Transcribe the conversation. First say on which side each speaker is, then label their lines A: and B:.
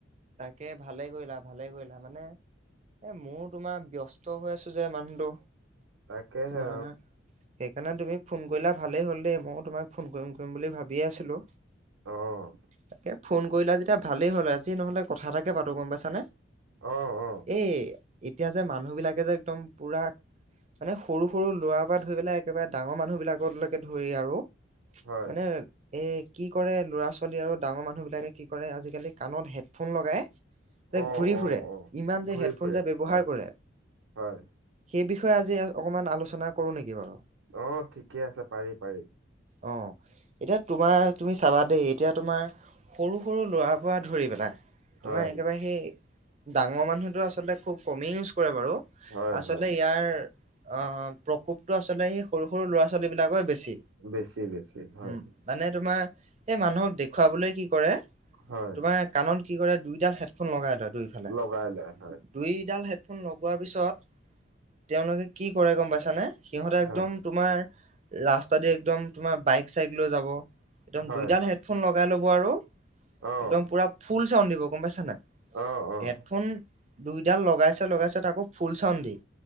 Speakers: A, on the right; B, on the right.
A: তাকে ভালেই কৰিলা ভালেই কৰিলা মানে এ মোৰ তোমাৰ ব্যস্ত হৈ আছো যে মানুহটো,
B: তাকেহে
A: তোমাৰ সেইকাৰণে তুমি ফোন কৰিলা ভালেই হ'ল দেই। ময়ো তোমাক ফোন কৰিম কৰিম বুলি ভাবিয়ে আছিলো।
B: অ'।
A: তাকে ফোন কৰিলা যেতিয়া ভালেই হ'ল, আজি নহলে কথা এটাকে পাতো গম পাইছানে?
B: অ অ
A: এ এতিয়া যে মানুহ বিলাকে যে একদম পুৰা মানে সৰু-সৰু ল'ৰা পৰা ধৰি পেলাই একেবাৰে ডাঙৰ মানুহ বিলাকলৈকে ধৰি আৰু
B: হয়
A: মানে এ কি কৰে ল'ৰা ছোৱালী আৰু ডাঙৰ মানুহ বিলাকে কি কৰে আজিকালি কাণত হেড ফোন লগাই
B: অ',
A: যে ঘূৰি
B: অ',
A: ফুৰে,
B: অ',
A: ইমান যে
B: ঘূৰি
A: হেডফোন
B: ফুৰে
A: যে ব্যৱহাৰ
B: হয়,
A: কৰে
B: হয়।
A: সেই বিষয়ে আজি অকনমান আলোচনা কৰো নেকি বাৰু?
B: অ', ঠিকে আছে পাৰি-পাৰি।
A: অ', এতিয়া তোমাৰ তুমি চাবা দেই এতিয়া তোমাৰ সৰু-সৰু ল'ৰাৰ পৰা ধৰি পেলাই
B: হয়।
A: তোমাৰ একেবাৰে সেই ডাঙৰ মানুহেটো আচলতে খুব কমেই ইউজ কৰে বাৰু
B: হয়,
A: আচলতে
B: হয়।
A: ইয়াৰ অ', প্ৰকোপটো আচলতে সেই সৰু-সৰু ল'ৰা-ছোৱালী বিলাকৰহে বেছি।
B: বেছি বেছি হয়,
A: উম। মানে তোমাৰ সেই মানুহক দেখ দেখুৱাবলে কি কৰে,
B: হয়,
A: তোমাৰ কাণত কি কৰে দুইডাল হেডফোন লগাই লয় দুই ফালে,
B: লগাই লয় হয়,
A: দুইডাল হেডফোন লগোৱাৰ পিছত তেওঁলোকে কি কৰে গম পাইছানে, সিহঁতে
B: হয়।
A: একদম তোমাৰ ৰাস্তা দি একদম তোমাৰ বাইক-চাইক লৈ যাব, একদম
B: হয়,
A: দুইডাল হেডফোন লগাই ল'ব আৰু
B: অ'।
A: একদম পুৰা ফুল চাউণ্ড দিব গম পাইছা নাই?
B: অ',
A: হেডফোন দুইডাল লগাইছে লগাইছে তাকো ফুল চাউণ্ড দি।